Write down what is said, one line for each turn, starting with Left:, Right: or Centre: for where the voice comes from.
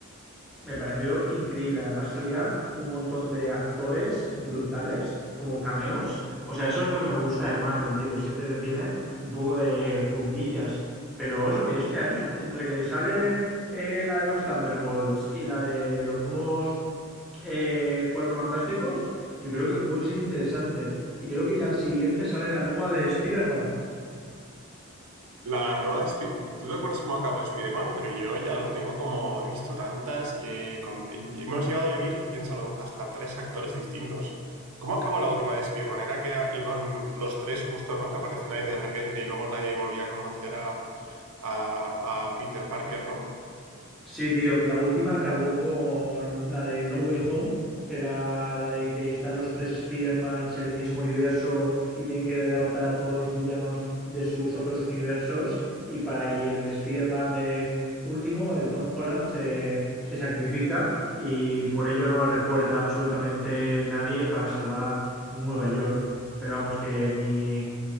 Centre: me pareció increíble. Además salían un montón de actores brutales como cameos. O sea, eso es lo que me gusta de Marvel, tío. que Siempre te tiene un poco de puntillas. Pero eso que este año, entre que sale eh, la de los Thunderbolts y la de los nuevos eh, Cuatro Fantásticos, yo creo que puede ser interesante. Y creo que ya al siguiente sale la nueva de Spider-Man.
Right: La nueva ¿Tú te acuerdas cómo acabó Spider-Man? Porque yo ya lo tengo como. He visto tantas que. con- Hemos llegado a vivir, piénsalo, hasta tres actores distintos. ¿Cómo acabó la última de Spider-Man? Era que iban los tres justo, ¿no? Que aparecían ahí de repente y luego nadie volvía a conocer a, a, a Peter Parker, ¿no?
Centre: Sí, tío, que la última acabó con la de No Way Home, que era la de que están los tres Spider-Mans en el mismo universo y tienen que derrotar a todos los villanos de sus otros universos. Y para ahí el Spider-Man de último, el Tom Holland, se, se sacrifica y por ello no recuerda absolutamente nadie para salvar Nueva York. Pero vamos, que mi,